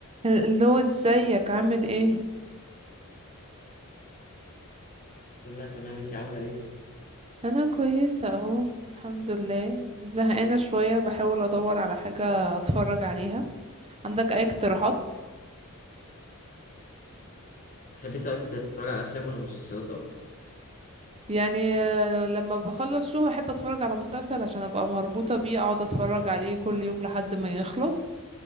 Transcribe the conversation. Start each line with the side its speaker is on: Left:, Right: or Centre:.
Right: اللي هو ازيك عامل ايه
Left: الحمد لله تمام انت عامله ايه
Right: انا كويسه اهو الحمد لله زهقانه شويه بحاول ادور على حاجه اتفرج عليها عندك اي اقتراحات
Left: تحبي طيب تتفرج على افلام ولا مسلسلات اكتر
Right: يعني آه، لما بخلص شغل احب اتفرج على مسلسل عشان ابقى مربوطه بيه اقعد اتفرج عليه كل يوم لحد ما يخلص